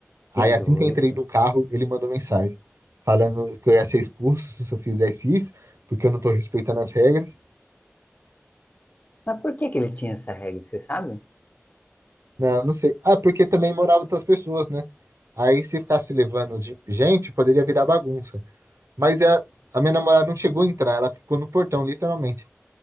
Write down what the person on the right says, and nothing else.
Aí,
assim que eu entrei no carro, ele mandou mensagem, falando que eu ia ser expulso se eu fizesse isso, porque eu não tô respeitando as regras.
Não, não sei. Ah, porque também moravam outras pessoas, né? Aí, se ficasse levando ge- gente, poderia virar bagunça. Mas a, a minha namorada não chegou a entrar, ela ficou no portão, literalmente.